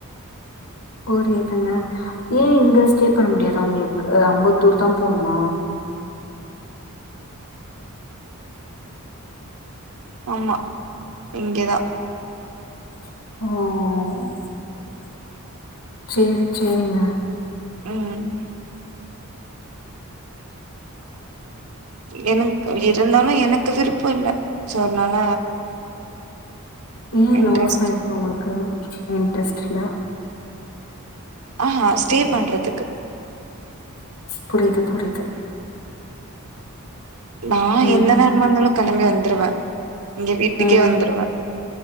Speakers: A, on the left; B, on the right.
A: புரியதுங்க ஏன் இங்க ஸ்டே பண்ண முடியாது உங்களுக்கு ஐம்பத்தூர் தான் போணுமா
B: ஆமா இங்கதான்
A: ஓஹ் ஓ சேரி சேரிங்க
B: உம் எனங்க இருந்தாலும் எனக்கு விருப்பம் இல்ல சோ அதனால
A: ஏன்
B: இன்ட்ரெஸ்ட்
A: லாஸ்ட இருக்குறவங்களுக்கு இன்ட்ரெஸ்ட் இல்ல
B: ஆஹ் ஸ்டே பண்றதுக்கு
A: புரியுது புரியுது
B: நான்
A: ம்.
B: எந்த நேரமா இருந்தாலும் கிளம்பி வந்துருவேன் இ வீட்டுக்கே
A: ம்.
B: வந்துடுவேன்